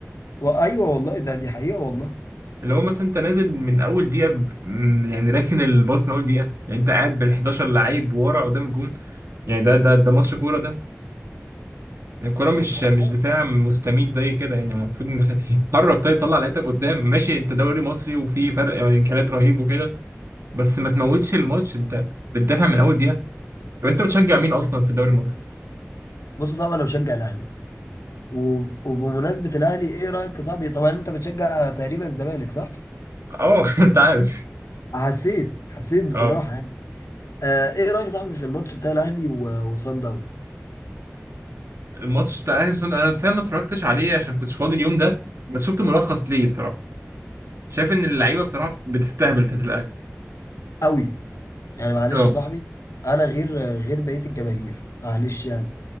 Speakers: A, on the left; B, on the right.
A: وايوه والله ده دي حقيقة والله
B: اللي هو مثلا انت نازل من اول دقيقه ب- م- يعني راكن الباص من اول دقيقه يعني انت قاعد بال 11 لعيب ورا قدام الجون يعني ده ده ده ماتش كوره ده يعني الكوره مش
A: بصراحة
B: مش دفاع مستميت زي كده يعني المفروض انك تتحرك طيب طلع لعيبتك قدام ماشي انت دوري مصري وفي فرق امكانيات رهيب وكده بس ما تموتش الماتش انت بتدافع من اول دقيقه طب انت بتشجع مين اصلا في الدوري المصري
A: بص صعب انا بشجع الاهلي و... وبمناسبة الاهلي ايه رايك يا صاحبي طبعا انت بتشجع تقريبا الزمالك صح
B: اه <laughs> انت عارف
A: حسيت حسيت بصراحة
B: اه
A: يعني آه ايه رايك يا صاحبي في الماتش بتاع الاهلي و... وصن داونز
B: الماتش بتاع الاهلي وصن- انا فاهم ما اتفرجتش عليه عشان كنتش فاضي اليوم ده بس شفت ملخص ليه بصراحه شايف ان اللعيبه بصراحه بتستهبل بتاعت الاهلي
A: قوي يعني معلش
B: اه
A: يا صاحبي انا غير غير بقيه الجماهير معلش يعني